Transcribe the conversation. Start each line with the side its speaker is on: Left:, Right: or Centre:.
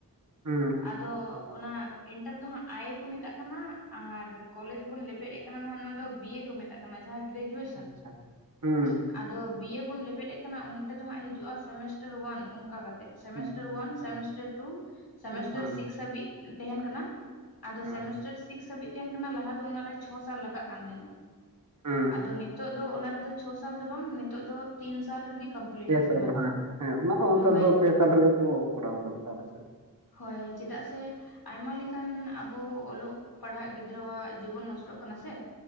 Right: ᱦᱩᱸ ᱾
Left: ᱟᱫᱚ ᱚᱱᱟ ᱤᱱᱴᱟᱨ ᱫᱚ ᱦᱟᱸᱜ ᱟᱭᱮ ᱠᱚ ᱢᱮᱛᱟᱜ ᱠᱟᱱᱟ᱾ ᱟᱨ ᱠᱚᱞᱮᱡᱽ ᱵᱚᱱ ᱞᱮᱵᱮᱫ ᱮᱫ ᱠᱟᱱᱟ ᱱᱚᱜᱟ ᱱᱟᱱ ᱫᱚ ᱵᱤᱭᱮ ᱠᱚ ᱢᱮᱛᱟᱜ ᱠᱟᱱᱟ ᱡᱟᱦᱟᱸ ᱜᱨᱮᱡᱩᱣᱮᱥᱚᱱ
Right: ᱟᱪᱪᱷᱟ
Left: ᱾
Right: ᱦᱩᱸ
Left: ᱟᱫᱚ ᱵᱤᱭᱮ ᱵᱚᱱ ᱞᱮᱵᱮᱫ ᱠᱟᱱᱟ ᱚᱸᱰᱮ ᱫᱚ ᱦᱟᱸᱜ ᱦᱤᱡᱩᱜᱼᱟ ᱥᱮᱢᱮᱥᱴᱟᱨ ᱳᱣᱟᱱ ᱚᱱᱠᱟ ᱠᱟᱛᱮᱜ ᱾ ᱥᱮᱢᱮᱥᱴᱟᱨ
Right: ᱦᱩᱸ
Left: ᱳᱣᱟᱱ, ᱥᱮᱢᱮᱥᱴᱟᱨ
Right: ᱟᱪᱪᱷᱟ
Left: ᱴᱩ, ᱥᱮᱢᱮᱥᱴᱟᱨ
Right: ᱦᱩᱸ
Left: ᱥᱤᱠᱥ ᱦᱟᱹᱵᱤᱡ ᱛᱟᱦᱮᱱ ᱠᱟᱱᱟ ᱾ ᱟᱫᱚ
Right: ᱦᱩᱸ
Left: ᱥᱮᱢᱮᱥᱴᱟᱨ ᱥᱤᱠᱥ ᱦᱟᱹᱵᱤᱡ ᱛᱟᱦᱮᱸᱱ ᱠᱟᱱᱟ ᱞᱟᱦᱟ ᱫᱚ ᱚᱱᱟᱨᱮ ᱪᱷᱚ ᱥᱟᱞ ᱞᱟᱜᱟᱜ ᱠᱟᱱ ᱛᱟᱦᱮᱸᱱᱟ ᱾
Right: ᱦᱩᱸ
Left: ᱟᱫᱚ ᱱᱤᱛᱳᱜ ᱫᱚ ᱚᱱᱟ ᱨᱮᱫᱚ ᱪᱷᱚ ᱥᱟᱞ ᱫᱚ ᱵᱟᱝ ᱱᱤᱛᱳᱜ ᱫᱚ ᱛᱤᱱ ᱥᱟᱞ ᱨᱮᱜᱮ ᱠᱚᱢᱯᱞᱤᱴᱚᱜ
Right: ᱯᱮ ᱥᱟᱞ
Left: ᱠᱟᱱᱟ
Right: ᱦᱮᱸ ᱦᱮᱸ ᱚᱱᱟ ᱦᱚᱸ ᱚᱱᱮᱛ
Left: ᱦᱳᱭ
Right: ᱫᱚ ᱯᱮ ᱥᱟᱞ ᱨᱮᱜᱮ ᱠᱚ ᱠᱚᱨᱟᱣ ᱟᱠᱟᱫᱟ ᱟᱞᱮ ᱥᱮᱫ ᱦᱚᱸ
Left: ᱦᱳᱭ ᱪᱮᱫᱟᱜ ᱥᱮ ᱟᱭᱢᱟ ᱞᱮᱠᱟᱱ ᱟᱵᱚ ᱚᱞᱚᱜ ᱯᱟᱲᱦᱟᱜ ᱜᱤᱫᱽᱨᱟᱹᱣᱟᱜ ᱡᱤᱵᱚᱱ ᱱᱚᱥᱴᱚᱜ ᱠᱟᱱᱟ ᱥᱮ